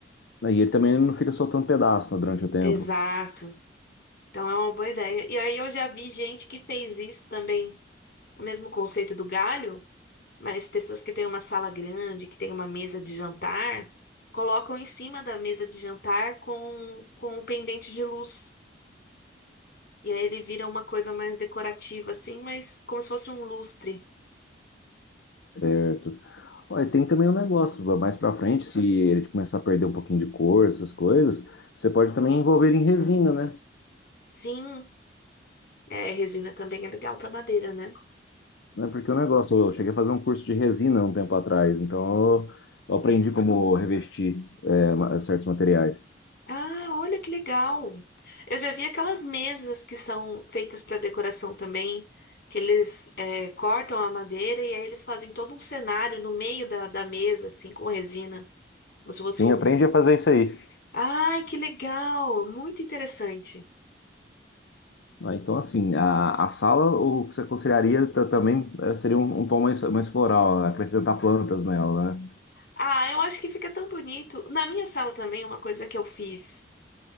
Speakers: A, on the left; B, on the left.
A: Ah, e ele também não fica soltando pedaço, né, durante o tempo.
B: Exato. Então é uma boa ideia. E aí eu já vi gente que fez isso também, o mesmo conceito do galho, mas pessoas que têm uma sala grande, que têm uma mesa de jantar, colocam em cima da mesa de jantar com, com um pendente de luz. E aí ele vira uma coisa mais decorativa, assim, mas como se fosse um lustre.
A: Certo. Olha, tem também um negócio, mais pra frente, se ele começar a perder um pouquinho de cor, essas coisas, você pode também envolver em resina, né?
B: Sim, É, resina também é legal para madeira, né?
A: Né, Porque o negócio, eu cheguei a fazer um curso de resina um tempo atrás, então eu, eu aprendi como revestir é, ma- certos materiais.
B: Ah, olha que legal. Eu já vi aquelas mesas que são feitas para decoração também, que eles é, cortam a madeira e aí eles fazem todo um cenário no meio da, da mesa, assim, com resina. Como se fosse
A: Sim,
B: um.
A: eu aprendi a fazer isso aí.
B: Ai, que legal! Muito interessante.
A: Ah, então, assim, a, a sala, o que você aconselharia ta- também eh, seria um, um tom mais, mais floral, acrescentar plantas nela, né?
B: Ah, eu acho que fica tão bonito. Na minha sala também, uma coisa que eu fiz,